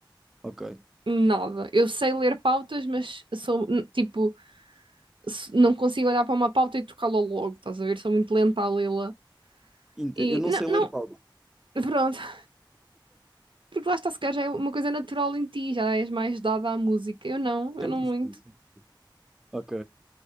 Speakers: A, in the centre; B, on the right.
A: Ok.
B: Nada. Eu sei ler pautas, mas sou, n- tipo, s- não consigo olhar para uma pauta e trocá-la logo, estás a ver? Sou muito lenta a lê-la.
A: Ente-
B: E
A: Eu não
B: não,
A: sei
B: não,
A: ler pauta.
B: pronto. <laughs> Porque lá está, se calhar já é uma coisa natural em ti, já és mais dada à música. Eu não, eu
A: Sempre
B: não muito.
A: fui. Ok.